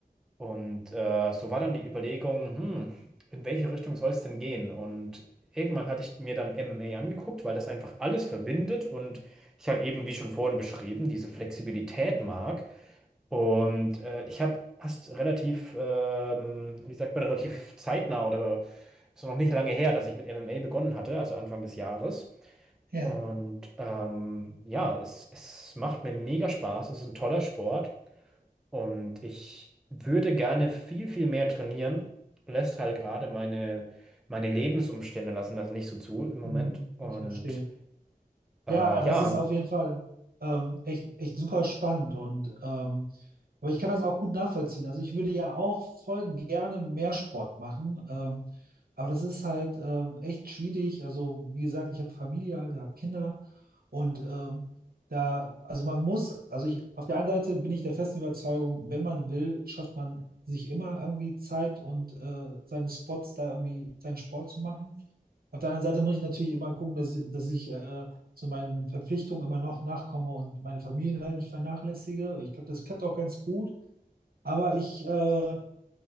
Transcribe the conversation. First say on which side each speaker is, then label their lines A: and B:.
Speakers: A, in the centre; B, on the right.
A: Und äh, so war dann die Überlegung, hm, in welche Richtung soll es denn gehen? Und irgendwann hatte ich mir dann MMA angeguckt, weil das einfach alles verbindet und ich halt eben, wie schon vorhin beschrieben, diese Flexibilität mag. Und äh, ich habe erst relativ, ähm, wie sagt man, relativ zeitnah oder ist noch nicht lange her, dass ich mit MMA begonnen hatte, also Anfang des Jahres.
B: Ja,
A: Und ähm, ja, es, es macht mir mega Spaß, es ist ein toller Sport. Und ich würde gerne viel, viel mehr trainieren, lässt halt gerade meine, meine Lebensumstände lassen das nicht so zu im Moment.
B: mhm,
A: Und
B: ich verstehe.
A: äh,
B: Ja, das
A: ja,
B: ist auf jeden Fall ähm, echt, echt super spannend und ähm, aber ich kann das auch gut nachvollziehen. Also ich würde ja auch voll gerne mehr Sport machen, ähm, aber das ist halt ähm, echt schwierig. Also wie gesagt, ich habe Familie halt, habe Kinder und ähm, da, also man muss, also ich auf der einen Seite bin ich der festen Überzeugung, wenn man will, schafft man sich immer irgendwie Zeit und äh, seine Spots da irgendwie seinen Sport zu machen. Auf der anderen Seite muss ich natürlich immer gucken, dass, dass ich äh, so meinen Verpflichtungen immer noch nachkomme und meine Familie halt nicht vernachlässige. Ich glaube, das klappt auch ganz gut. Aber ich äh,